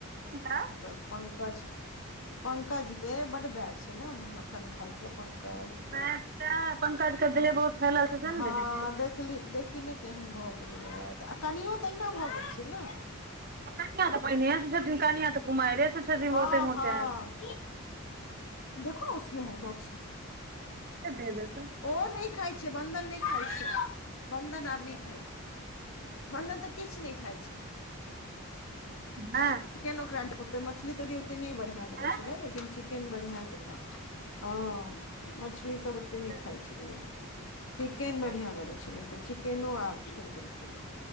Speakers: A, on the right; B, on the left.
A: किनका?
B: तऽ पंकज पंकजके बड बे छै, ने मटन खायके। पंकज
A: नै तै पंकज क देह बहुत फैलल छै से ने
B: हाँ
A: देखै छी
B: देख देखली देखी ने केहन भऽ गेलैऽ आ कनियो तऽहिना भऽ गेल छै ने?
A: कनिया त पहनै से छै, कनिया तऽ कुमाइरे से छथिन
B: हाँ
A: बहुते मोटायल
B: हाँ, देखो ना उसमे है बॉक्स मे।
A: के दे देतै
B: ओ नहि खाइ छै, बंधन नहि खाइ छै, बंधन आब नहि खाइ छै। बंधन तऽ किछु नहि खइ छै।
A: हाँ।
B: चिकेन ओकरा निक ओते मछली ओते नहि बढ़िया लगै
A: आँय
B: छलै लेकिन चिके केन बढ़ियां स खा हँ मछली सब ओ त
A: छोड़ि
B: नहि खाइ
A: देलखिन
B: छल ओ, चिकेन
A: छोड़ि
B: बढ़िया
A: देलखिन
B: लगे छल त चिक चिकेनो आब छोड़ि देलकै,